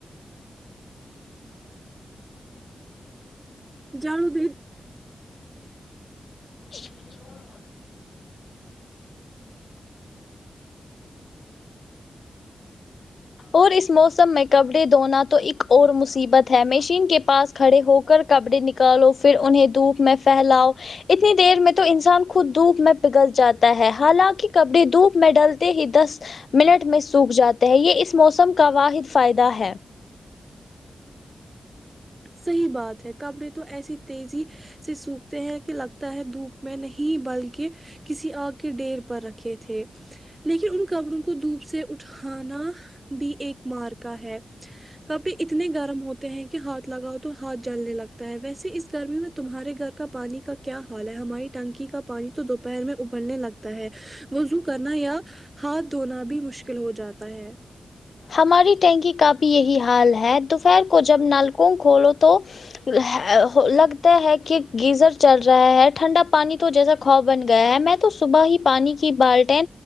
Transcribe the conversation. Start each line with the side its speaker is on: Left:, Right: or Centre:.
Right: جان دید
Left: <inaudible> اور اس موسم میں کپڑے دھونا تو ایک اور مصیبت ہے مشین کے پاس کھڑے ہو کر کپڑے نکالو پھر انہیں دھوپ میں فھیلاؤ اتنی دیر میں تو انسان خود دھوپ میں پگل جاتا ہے حالاکہ کپڑے دھوپ میں ڈلتے ہی دس منٹ میں سوکھ جاتے ہیں یہ اس موسم کا واحد فائدہ ہے
Right: صحیح بات ہے کپڑے تو ایسی تیزی سے سوکھتے ہیں کہ لگتا ہے دھوپ میں نہیں بلکہ کسی آ گ کے ڈہیر پر رکھے تھے لیکن ان کپڑوں کو دھوپ سے اٹھانا بھی ایک مارکا ہے کبھی اتنے گرم ہوتے ہیں کہ ہاتھ ہاتھ لگاؤ تو ہاتھ جلنے لگتا ہے ویسے اس گرمی میں تمہارے گھر کا پانی کا کیا حال ہے ہماری ٹینکی کا پانی تو دوپہر میں ابلنے لگتا ہے وضو کرنا یا ہاتھ دھونا بھی مشکل ہو جاتا ہے
Left: ہماری ٹینکی کا بھی یہی حال ہے دوپہر کو جب نل کو کھولو تو لگتا ہے کہ گیزر چل رہا ہے ٹھنڈا پانی تو جیسا خوا بن گیا ہے میں تو صبح ہی پانی کی بالٹیں